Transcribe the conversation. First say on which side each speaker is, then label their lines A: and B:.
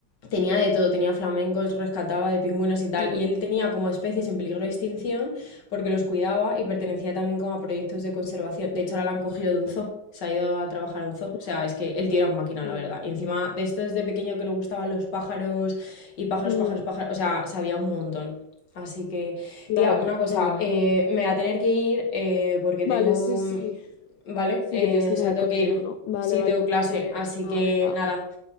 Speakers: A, on the left; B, on the left.
A: Tenía de todo, tenía flamencos, rescataba de pingüinos y tal.
B: <laughs> Mm,
A: Y él tenía como especies en peligro de extinción porque los cuidaba y pertenecía también como a proyectos de conservación. De hecho, ahora la han cogido de un zoo, se ha ido a trabajar a un zoo.
B: mm,
A: O sea, es que él tiene un máquina,
B: mm,
A: la verdad. Y encima de esto desde pequeño que le gustaban los pájaros y pájaros,
B: mm.
A: pájaros, pájaros. O sea, sabía un montón. Así que,
B: Claro,
A: tía, una cosa,
B: qué guay.
A: eh, me voy a tener que ir eh, porque
B: Vale,
A: tengo
B: sí, sí.
A: Vale,
B: Sí
A: eh,
B: que tienes que
A: o
B: salir
A: sea, tengo
B: corriendo,
A: que irme.
B: ¿no? Vale,
A: Sí,
B: vale.
A: tengo clase,
B: Pues
A: así
B: nada,
A: que
B: venga.
A: nada.